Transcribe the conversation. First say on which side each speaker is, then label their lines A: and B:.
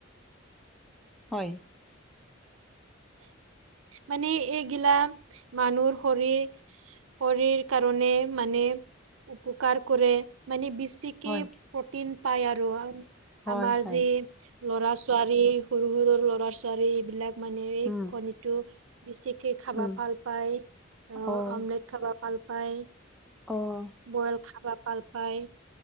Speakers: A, in the centre; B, on the right.
A: হয়
B: মানে এইগিলা মানুহৰ শৰীৰ শৰীৰ কাৰণে মানে উপকাৰ কৰে মানে বেছি একেই
A: হয়
B: প্ৰটিন পায় আৰু
A: হয়
B: আমাৰ
A: হয়
B: যি ল'ৰা ছোৱালী সৰু সৰু ল'ৰা ছোৱালী এইবিলাক মানে এই
A: উম
B: কণী টো বেছিকে খাবা
A: উম
B: ভাল পায় আহ
A: অ'
B: অমলেট খাবা ভাল পায়।
A: অ'
B: বইল খাবা ভাল পায়